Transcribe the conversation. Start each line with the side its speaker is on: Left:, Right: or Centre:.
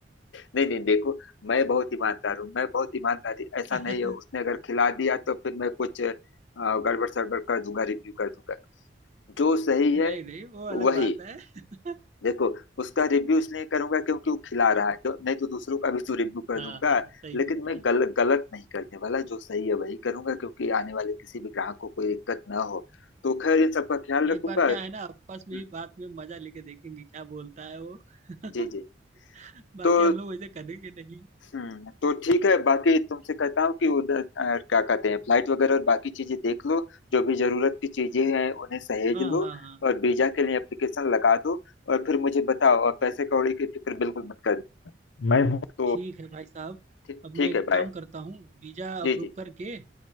Left: नहीं नहीं देखो मैं बहुत ईमानदार हूँ मैं बहुत ईमानदारी ऐसा
Right: <laughs>
Left: नहीं है उसने अगर खिला दिया तो फिर मैं कुछ अ, गड़बड़ सड़बड़ कर दूंगा रिव्यू कर दूंगा जो सही
Right: नहीं
Left: है
Right: नहीं वो
Left: वही
Right: अलग बात है <laughs>
Left: देखो उसका रिव्यू इसलिए करूंगा क्योंकि वो खिला रहा है क्यों नहीं तो दूसरों का भी तो रिव्यू कर
Right: हाँ
Left: दूंगा
Right: हाँ सही
Left: लेकिन
Right: बोल
Left: मैं
Right: रहे हैं
Left: गल, गलत नहीं करने वाला जो सही है वही करूंगा क्योंकि आने वाले किसी भी ग्राहक को कोई दिक्कत ना हो तो खैर इन सबका ख्याल रखूंगा
Right: एक बार क्या है ना आपस
Left: हम्म,
Right: में ही बात में मजा लेके देखेंगे क्या बोलता है वो <laughs>
Left: जी जी
Right: बाकी
Left: तो
Right: हम लोग वैसे करेंगे नहीं
Left: हम्म तो ठीक है बाकी तुमसे कहता हूँ कि उधर अ, क्या कहते हैं फ्लाइट वगैरह और बाकी चीजें देख लो जो भी जरूरत की चीजें हैं उन्हें सहेज
Right: हाँ
Left: लो
Right: हाँ हाँ
Left: और वीजा के लिए एप्लीकेशन लगा दो और फिर मुझे बताओ और पैसे कौड़ी की फिक्र बिल्कुल मत करना मैं हूँ तो
Right: ठीक है भाई साहब
Left: ठी-
Right: अब
Left: ठीक
Right: मैं एक
Left: है बाय
Right: काम करता हूँ वीजा
Left: जी
Right: अप्रूव
Left: जी
Right: करके